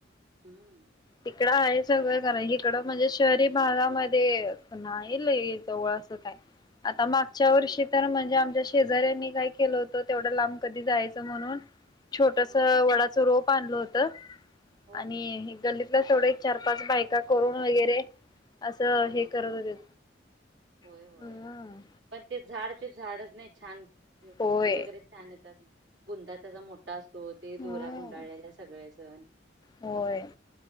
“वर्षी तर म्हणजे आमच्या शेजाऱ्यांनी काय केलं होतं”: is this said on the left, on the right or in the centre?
Left